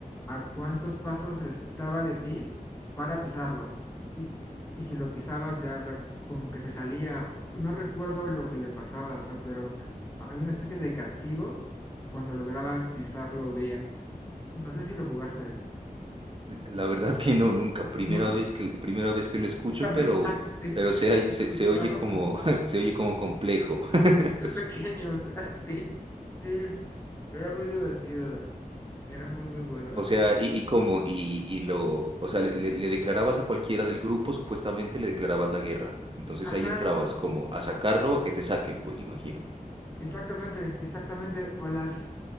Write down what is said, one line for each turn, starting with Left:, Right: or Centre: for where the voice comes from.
Left: a cuántos pasos estaba de ti para pisarlo. Y, y si lo pisabas ya, o sea, como que se salía, o- no recuerdo lo que le pasaba, o sea, pero había una especie de castigo cuando lograbas pisarlo bien. No sé si lo jugaste.
Right: La verdad que no, nunca. Primera
Left: ¿No?
Right: vez que, primera vez que lo
Left: <laughs>
Right: escucho,
Left: Está muy
Right: pero,
Left: raro, sí.
Right: pero se, hay-
Left: Eso
Right: se,
Left: lo
Right: se
Left: jugábamos
Right: oye como, <laughs> se oye como complejo. <laughs>
Left: de pequeños, <laughs> sí Sí, era muy divertido, era muy, muy bueno.
Right: O sea, y, y cómo, y, y lo, o sea, le, le- le declarabas a cualquiera del grupo, supuestamente le declarabas la guerra. Entonces
Left: Ajá,
Right: ahí entrabas
Left: es-
Right: como a sacarlo o a que te saquen, pues imagino.
Left: exactamente, exactamente. O las